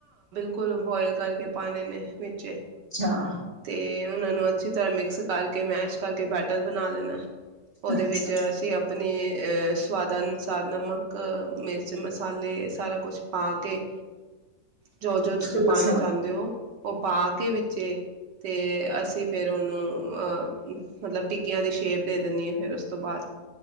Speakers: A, on the right; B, on the left.
A: ਕੋਈ ਬੋਇਲ ਕਰਕੇ ਪਾਣੇ ਨੇ। ਵਿੱਚ
B: ਓ। ਅੱਛਾ,
A: ਤੇ ਫੇਰ ਓ ਨੂੰ ਅਛੀ ਤਰ੍ਹਾ ਮਿਕਸ ਕਰਕੇ ਮੈਸ਼ ਕਰਕੇ ਬੈਟਰ ਬਣਾ ਲੈਣਾ। ਉਹਦੇ
B: ਅੱਛਾ,
A: ਵਿੱਚ ਅਸੀਂ ਆਪਣੇ ਸਵਾਦ ਅਨੁਸਾਰ ਨਮਕ ਮਿਰਚ ਮਸਾਲੇ ਸਾਰਾ ਕੁਛ ਪਾ ਕੇ। ਜੋ ਜੋ ਤੁਸੀਂ
B: ਅੱਛਾ,
A: ਪਾਣਾ ਚਾਹੁੰਦੇ ਹੋ ਉਹ ਪਾ ਕੇ ਬੱਚੇ ਅਤੇ ਅਸੀਂ ਅਸੀਂ ਫੇਰ ਉਹਨੂੰ ਅਹ ਮਤਲਬ ਟਿੱਕੀਆਂ ਦੀ ਸ਼ੇਪ ਦੇ ਦਿੰਦੀ ਹ ਫਿਰ ਉਸ ਤੋਂ ਬਾਅਦ